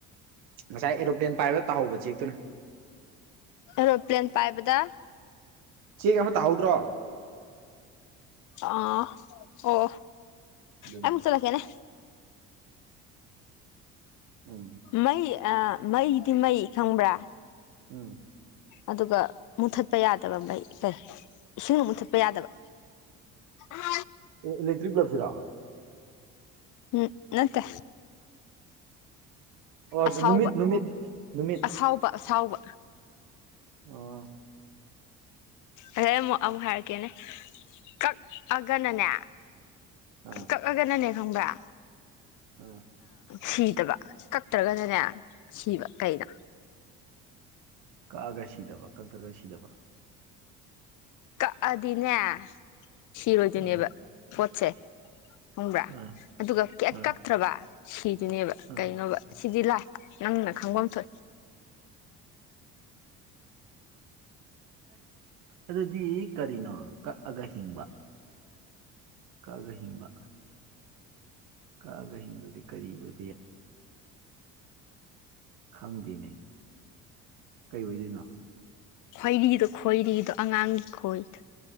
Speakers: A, on the right; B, on the left.
A: ꯉꯁꯥꯏ ꯑꯦꯔꯣꯄ꯭ꯂꯦꯟ ꯄꯥꯏꯕ ꯇꯥꯍꯧꯕ ꯆꯦꯛꯇꯨꯅ
B: ꯑꯔꯣꯄ꯭ꯂꯦꯟ ꯄꯥꯏꯕꯗ
A: ꯆꯦꯛ ꯑꯃ ꯇꯥꯍꯧꯗ꯭ꯔꯣ
B: ꯑ ꯑꯣ
A: ꯑꯗꯨꯅ
B: ꯑꯩꯃꯛ ꯆꯂꯀꯦꯅꯦ
A: ꯎꯝ
B: ꯃꯩ ꯃꯩꯗꯤ ꯃꯩ ꯈꯪꯕ꯭ꯔꯥ
A: ꯎꯝ
B: ꯑꯗꯨꯒ ꯃꯨꯊꯠꯄ ꯌꯥꯗꯕ ꯃꯩ ꯀꯩ ꯏꯁꯤꯡꯅ ꯃꯨꯊꯠꯄ ꯌꯥꯗꯕ ꯑ
A: ꯑꯦ ꯏꯂꯦꯛꯇ꯭ꯔꯤꯛ ꯕ꯭ꯂꯕꯁꯤꯔꯣ
B: ꯎꯝ ꯅꯠꯇꯦ
A: ꯑꯣ
B: ꯑꯁꯥꯎꯕ
A: ꯅꯨꯃꯤꯠ ꯅꯨꯃꯤꯠ ꯅꯨꯃꯤꯠ
B: ꯑꯁꯥꯎꯕ ꯑꯁꯥꯎꯕ
A: ꯑꯥ
B: ꯑꯗꯩ ꯑꯃꯨꯛ ꯑꯃꯨꯛ ꯍꯥꯏꯔꯛꯀꯦꯅꯦ ꯀꯛꯑꯒꯅꯅꯦ
A: ꯑꯥ
B: ꯀꯛꯑꯒꯅꯅꯦ ꯈꯪꯕ꯭ꯔ
A: ꯎꯝ
B: ꯁꯤꯗꯕ ꯀꯛꯇ꯭ꯔꯒꯅꯅꯦ ꯁꯤꯕ ꯀꯩꯅꯣ
A: ꯀꯛꯑꯒ ꯁꯤꯗꯕ ꯀꯛꯇ꯭ꯔꯒ ꯁꯤꯗꯕ
B: ꯀꯗꯤꯅꯦ ꯁꯤꯔꯣꯏꯗꯤꯅꯦꯕ
A: ꯎꯝ
B: ꯍꯣꯠꯁꯦ ꯈꯪꯕ꯭ꯔꯥ
A: ꯎꯝ
B: ꯑꯗꯨꯒ ꯀ
A: ꯎꯝ
B: ꯀꯛꯛꯇ꯭ꯔꯕ ꯁꯤꯗꯨꯅꯦꯕ
A: ꯎꯝ
B: ꯀꯩꯅꯣꯕ ꯁꯤꯗꯤ ꯂꯥꯏ ꯅꯪꯅ ꯈꯪꯣꯝꯁ
A: ꯑꯗꯨꯗꯤ ꯀꯔꯤꯅꯣ ꯀꯛꯑꯒ ꯍꯤꯡꯕ ꯀꯥꯜꯒꯍꯤꯕ ꯀꯛꯑꯒ ꯍꯤꯡꯕꯗꯤ ꯀꯔꯤ ꯑꯣꯏꯕ ꯌꯥꯏ ꯈꯪꯗꯦꯅꯦ ꯀꯩ ꯑꯣꯏꯗꯣꯏꯅꯣ
B: ꯈꯣꯏꯔꯤꯗꯣ ꯈꯣꯏꯔꯤꯗꯣ ꯑꯉꯥꯡꯒꯤ ꯈꯣꯏꯗ